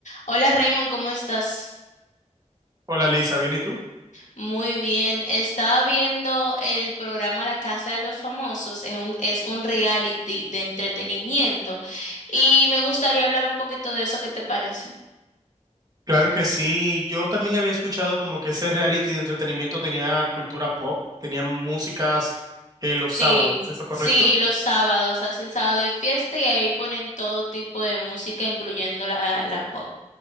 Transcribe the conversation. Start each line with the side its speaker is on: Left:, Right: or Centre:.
Left: Hola Raymond, ¿cómo estás?
Right: Hola Lisa, ¿bien y tú?
Left: Muy bien. Estaba viendo el programa La Casa de los Famosos. Es un, es un reality de entretenimiento y me gustaría hablar un poquito de eso. ¿Qué te parece?
Right: Claro que sí, yo también había escuchado como que ese reality de entretenimiento tenía cultura pop, tenía músicas eh, los sábados,
Left: Sí,
Right: ¿es eso correcto?
Left: sí, los sábados hacen sábado de fiesta y ahí ponen todo tipo de música, incluyendo la, la pop.